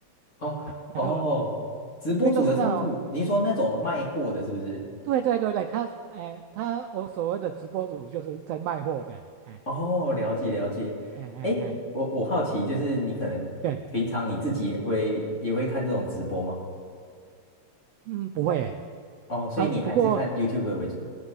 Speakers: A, on the left; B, on the right.
A: 哦哦，
B: 然后。
A: 直播主的仓库，
B: 里面都是那种
A: 你是说那种卖货的，是不是？
B: 对对对对，他哎，他我所谓的直播主就是在卖货的，哎
A: 哦，了解了解。
B: 哎哎哎，
A: 哎，我我好奇，就是你可能平常你自己也会也会看这种直播吗？
B: 对，嗯，不会
A: 哦，所以你还是看
B: 啊，不过
A: YouTube 为主。